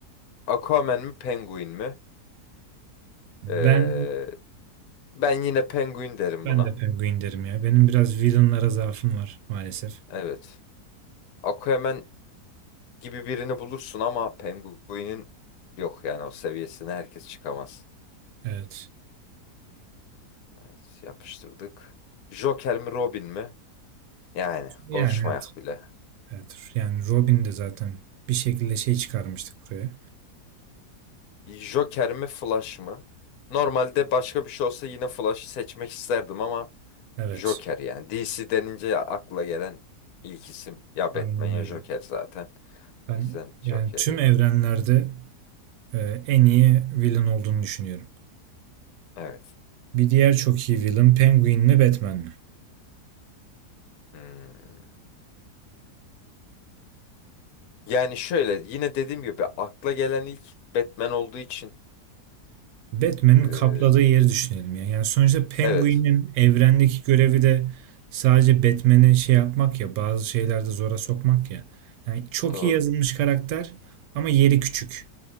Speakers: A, on the left (about 70°); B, on the right (about 85°).
A: Aquaman mi Penguin mi? Ee,
B: Ben
A: ben yine penguin derim
B: ben
A: buna.
B: de Penguin derim ya. Benim biraz villainlara zaafım var maalesef.
A: Evet. Aquaman gibi birini bulursun ama penguinin yok yani o seviyesine herkes çıkamaz.
B: Evet.
A: Evet, yapıştırdık. Joker mi Robin mi? Yani
B: Yani
A: konuşmayak
B: evet.
A: bile.
B: Evet. Yani Robin de zaten bir şekilde şey çıkarmıştık buraya.
A: Joker mi Flash mı? Normalde başka bir şey olsa yine Flash'ı seçmek isterdim ama
B: Evet.
A: Joker yani. DC denince ya- akla gelen ilk isim ya
B: Aynen
A: Batman ya
B: öyle.
A: Joker zaten.
B: Ben
A: O yüzden Joker'i
B: yani tüm evrenlerde e, en iyi villain olduğunu düşünüyorum.
A: evet.
B: Bir diğer çok iyi villain Penguin mi Batman mi?
A: Hmm. Yani şöyle yine dediğim gibi akla gelen ilk Batman olduğu için
B: Batman'in
A: eee,
B: kapladığı yeri düşünelim ya. Yani sonuçta Penguin'in
A: evet
B: evrendeki görevi de sadece Batman'i şey yapmak ya, bazı şeylerde zora sokmak ya. Yani çok
A: doğru.
B: iyi yazılmış karakter ama yeri küçük.